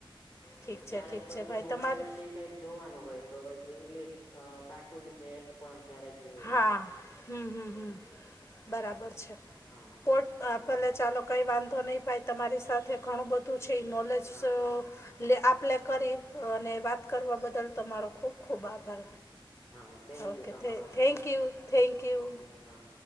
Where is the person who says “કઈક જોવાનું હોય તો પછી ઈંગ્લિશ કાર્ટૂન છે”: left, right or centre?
Left